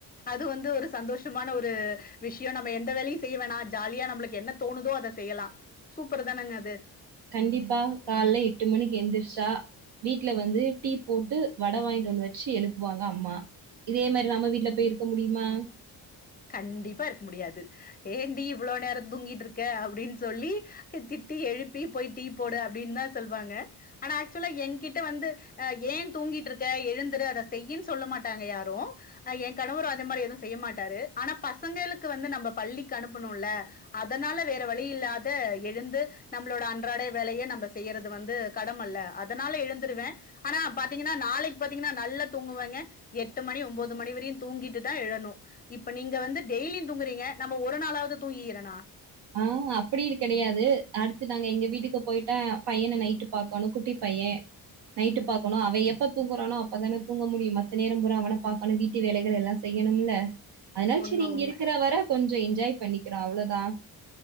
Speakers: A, on the left; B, on the right.
A: அது வந்து ஒரு சந்தோஷமான ஒரு விஷ்யொ நம்ம எந்த வேலையு செய் வேணா ஜாலியா நம்மளுக்கு என்ன தோணுதோ அத செய்யலா சூப்பர் தானங்க அது
B: கண்டிப்பா கால்ல எட்டு மணிக்கு எந்திரிச்சா வீட்ல வந்து டீ போட்டு வட வாய்ன்ட்டு வந்து வச்சு எழுப்புவாங்க அம்மா இதே மாரி நம்ம வீட்ல போய் இருக்க முடியுமா
A: கண்டிப்பா இருக்க முடியாது ஏன்டீ இவ்ளோ நேரொ தூங்கியிட்ருக்க அப்டின் சொல்லி திட்டி எழுப்பி போய் டீ போடு அப்டின்தா சொல்வாங்க ஆனா ஆக்சுலா எங்கிட்ட வந்து அ ஏ தூங்கியிட்ருக்க எழுந்துரு அத செய்யின் சொல்ல மாட்டாங்க யாரு ஏ கணவரு அதே மாரி எதுவு செய்ய மாட்டாரு ஆனா பசங்களுக்கு வந்து நம்ம பள்ளிக்கு அனுப்பணுல்ல அதனால வேற வழி இல்லாத எழுந்து நம்மளோட அன்றாட வேலைய நம்ப செய்யறது வந்து கடமல்ல அதனால எழுந்துருவ ஆனா பாத்தீங்கன்னா நாளைக் பாத்தீங்கன்னா நல்லா தூங்குவேங்க எட்டு மணி ஒம்போது மணி வரையு தூங்கிட்டுதா எழணு இப்ப நீங்க வந்து டெய்லியு தூங்குறீங்க நம்ம ஒரு நாளாவ்து தூங்கிகிறனா
B: ஆ அப்டியின் கெடையாது அடுத்து நாங்க எங்க வீட்டுக்கு போயிட்டா பையன நைட்டு பாக்கணு குட்டி பையே நைட்டு பாக்கணு அவ எப்ப தூங்குறானோ அப் ப்பதான தூங்க முடியும் மத்த நேரம் பூரா அவன பாக்கணு வீட்டு வேலைகள் எல்லா செய்யணும்ல அதுனால
A: உண்ம
B: செரி இங்க
A: உண்ம
B: இருக்குற வர கொஞ்சொ என் ஜாய் பண்ணிக்கிறோ அவ்ளோதா